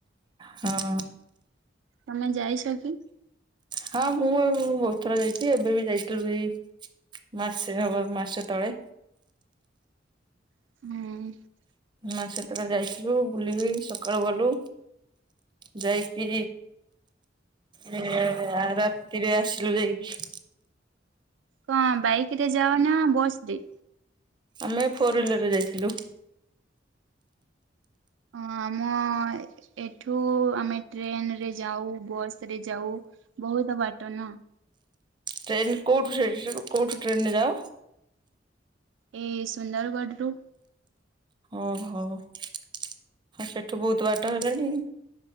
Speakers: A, on the right (about 25°); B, on the right (about 80°).
A: ହଁ।
B: ତମେ ଯାଇସ କି?
A: ହଁ ମୁଁ ବହୁତ୍ ଥର ଯାଇଛି ଏବେ ବି ଯାଇଥିଲୁ ଏଇ ମାସେ ହବ ମାସେ ତଳେ।
B: ହୁଁ।
A: ମାସେ ତଳେ ଯାଇଥିଲୁ ବୁଲିକି ସକାଳୁ ଗଲୁ ଯାଇକି ରେ ରାତିରେ ଆସିଲୁ ଯାଇକି।
B: କଣ ବାଇକ ରେ ଯାଅ ନା ବସ ରେ?
A: ଆମେ ଫୋର ହ୍ୱିଲର ରେ ଯାଇଥିଲୁ।
B: ଆମ ଏଠୁ ଆମେ ଟ୍ରେନରେ ଯାଉ ବସରେ ଯାଉ। ବହୁତ ବାଟ ନା।
A: ଟ୍ରେନ କୋଉଠୁ ସେ କୋଉଠୁ ଟ୍ରେନ ରେ ଯାଅ?
B: ଏ ସୁନ୍ଦରଗଡ଼ରୁୁ।
A: ଓ ହୋ ଆଉ ସେଠୁ ବହୁତ୍ ବାଟ ହେଲାଣି।